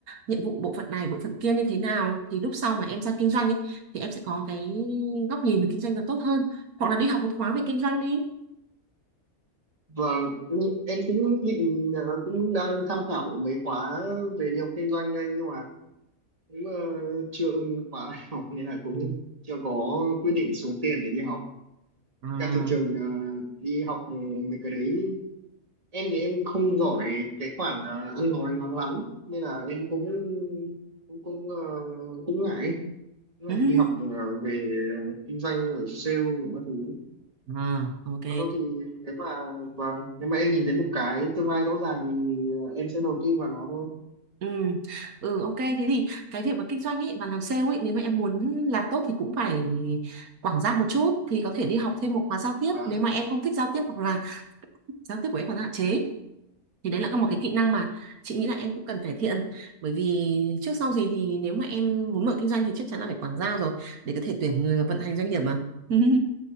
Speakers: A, on the right; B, on the right.
A: nhiệm vụ bộ phận này bộ phận kia như thế nào thì lúc sau mà em ra kinh doanh ấy, thì em sẽ có cái góc nhìn về kinh doanh nó tốt hơn hoặc là đi học một khóa về kinh doanh đi
B: Vâng, nhưng em cũng định ờ, cũng đang tham khảo mấy khóa về đi học kinh doanh đây nhưng mà cũng ờ, chưa ưng khóa đại học nên là cũng
A: Ừ.
B: chưa có quyết định xuống tiền để đi học.
A: à,
B: Với Cả thường thường ờ, đi học mấy cái đấy em thì em không giỏi cái khoản ờ, ăn nói nó lắm nên là em cũng cũng cũng ờ, cũng ngại cũng ngại
A: <laughs>
B: đi học ờ, về kinh doanh ở sale rồi các thứ
A: ừ, à ok
B: còn đâu thì nếu mà và nếu mà em nhìn thấy một cái tương lai rõ ràng thì ờ, em sẽ đầu tư vào nó thôi
A: Ừ. ừ ok thế thì cái việc mà kinh doanh ấy và làm sale ấy nếu mà em muốn làm tốt thì cũng phải quảng giao một chút thì có thể đi học thêm một khóa giao tiếp
B: và
A: nếu mà em không thích giao tiếp hoặc là giao tiếp của em còn hạn chế thì đấy là một cái kỹ năng mà chị nghĩ là em cũng cần cải thiện bởi vì trước sau gì thì nếu mà em muốn mở kinh doanh thì chắc chắn là phải quảng giao rồi để có thể tuyển người và vận hành doanh nghiệp mà <laughs>